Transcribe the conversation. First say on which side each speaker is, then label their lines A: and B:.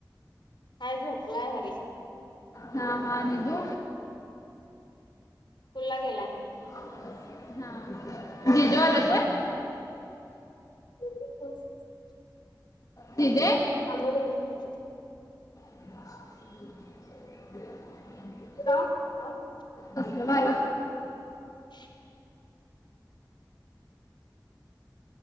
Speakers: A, on the left (about 85°); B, on the left (about 50°).
A: हाय झोपलाय हरी.
B: हा हा. निधु?
A: स्कूलला गेलाय.
B: हा हा जिजु आल्यात व्हय?
A: <unintelligible>
B: दिदे
A: थांब हं दोनच मिनट
B: <unintelligible>
A: <unintelligible>
B: कसलं बारी
A: <unintelligible>